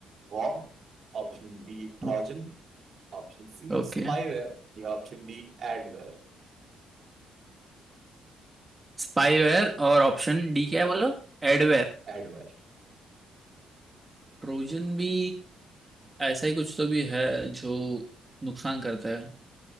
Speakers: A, on the right; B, on the right.
A: worm option B Trojan
B: हम्म,
A: option C
B: ओके
A: spyware या option D adware
B: स्पाईवेयर और ऑप्शन डी क्या है बोलो एडवेयर
A: Adware
B: ट्रोजन भी ऐसा ही कुछ तो भी है जो नुकसान करता है